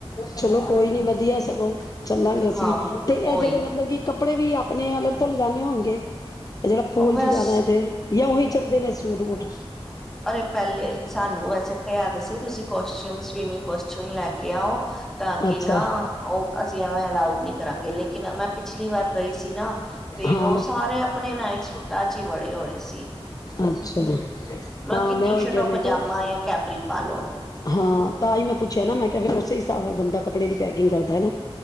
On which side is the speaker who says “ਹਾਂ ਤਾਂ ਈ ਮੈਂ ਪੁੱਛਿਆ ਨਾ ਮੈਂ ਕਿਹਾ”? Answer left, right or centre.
Left